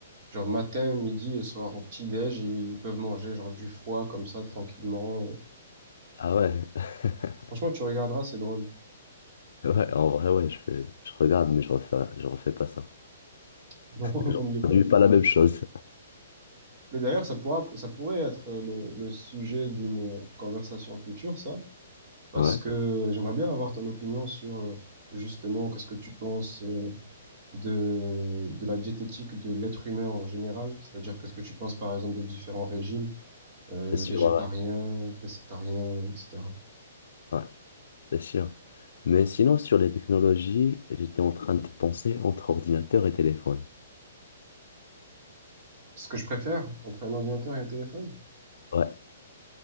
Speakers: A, on the right (about 30°); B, on the left (about 75°).
A: Genre matin, midi et soir au petit-déj, ils ils peuvent manger genre du foie comme ça tranquillement. Euh,
B: Ah ouais? <laughs>
A: Franchement, tu regarderas, c'est drôle. <laughs>
B: Ouais, en vrai, ouais, je fais, je regarde, mais je refais, je refais pas ça.
A: Non,
B: Genre,
A: vaut mieux pas.
B: on produit pas la même chose.
A: Mais d'ailleurs, ça pourra, ça pourrait être le, le sujet d'une conversation future, ça, parce
B: Ouais,
A: que j'aimerais bien avoir ton opinion sur euh, justement qu'est-ce que tu penses euh, de, de la diététique de l'être humain en général, c'est-à-dire qu'est-ce que tu penses par exemple des différents régimes euh,
B: c'est sûr.
A: végétariens,
B: Ouais,
A: pécétariens, etc.
B: ouais, Ouais, c'est sûr. Mais sinon, sur les technologies, j'étais en train de penser entre ordinateur et téléphone.
A: Ce que je préfère entre un ordinateur et un téléphone.
B: Ouais.